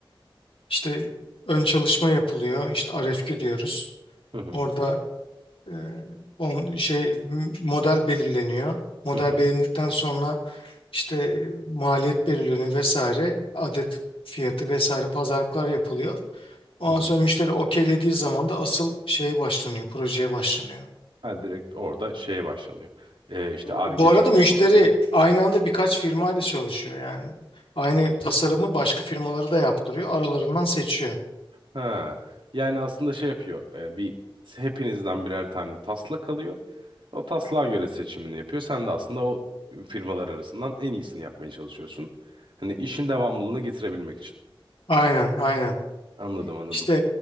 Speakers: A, on the left (about 80°); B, on the right (about 65°).
A: işte ön çalışma yapılıyor. İşte RFQ diyoruz.
B: Hı hı.
A: Orada E, on, şey m- model belirleniyor. Model
B: Hı hı.
A: belirlendikten sonra işte maliyet belirleniyor vesaire. Adet fiyatı vesaire pazarlıklar yapılıyor. Ondan
B: Hı hı.
A: sonra müşteri okeylediği zaman da asıl şeye başlanıyor, projeye başlanıyor.
B: Ha, direkt orada şeye başlanıyor. Ee, işte
A: Bu
B: Ar-Ge
A: arada
B: çalışmaları.
A: müşteri aynı anda birkaç firmayla çalışıyor yani. Aynı tasarımı başka firmaları da yaptırıyor. Aralarından seçiyor.
B: Ha. Yani aslında şey yapıyor. e, bir hepinizden birer tane taslak alıyor. O taslağa göre seçimini yapıyor. Sen de aslında o firmalar arasından en iyisini yapmaya çalışıyorsun. Hani işin devamlılığını getirebilmek için.
A: Aynen, aynen.
B: Anladım anladım.
A: İşte